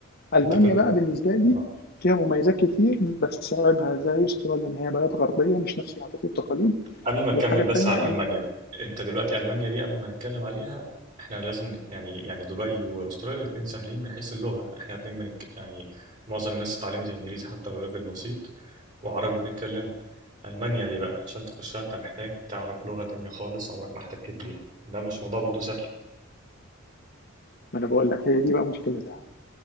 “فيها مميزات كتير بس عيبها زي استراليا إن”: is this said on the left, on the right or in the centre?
Left